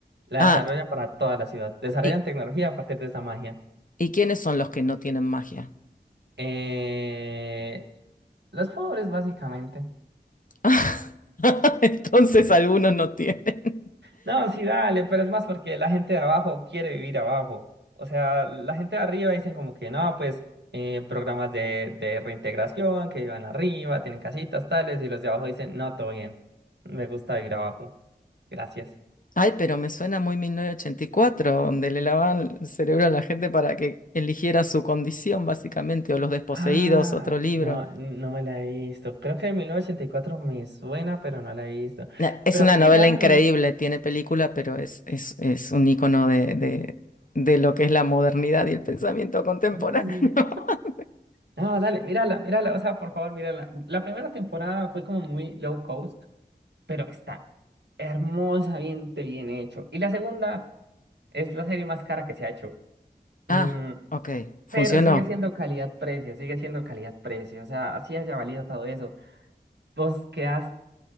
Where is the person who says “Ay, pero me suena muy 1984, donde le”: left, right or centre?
Left